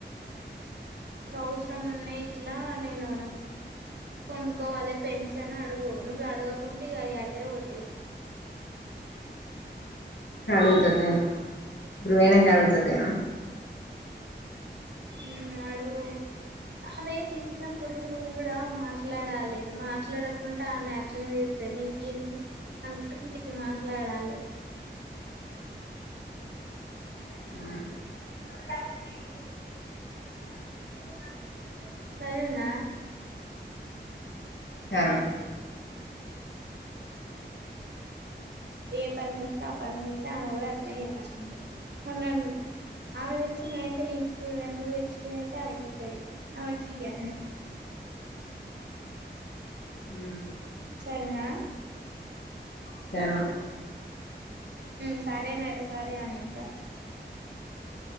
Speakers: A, on the right (about 70°); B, on the left (about 75°).
A: ఇంక అవసరం ఉన్నాయి ఇట్లా నేను కొనుక్కోవాలి పెన్షన్ అడుగు నువ్వు అడగకుంటే ఇక అవి ఆటే పోతాయి
B: అడుతది గృవణ కడుతుతే
A: ఉ అడుగు అవే తిట్టినప్పుడు నువ్వు కూడా మాట్లాడాలె మాట్లాడక కుంటా అని అట్నే చూస్తె నీకేమి అనుకుంటు నీటి మాట్లాడాలి
B: ఉ
A: సరేన
B: సర్
A: ఏ పని చెపై ఆ పని చెప్త ఆమె కూడా అట్ నె జీపి మల్లడుగు ఆవిడొచ్చి ఇక నీకేమి <unintelligible> అడుగుతది నా కీ అని
B: ఉ
A: సరెనా
B: స్తరు
A: ఉ సరేనట సరే అని ఇంక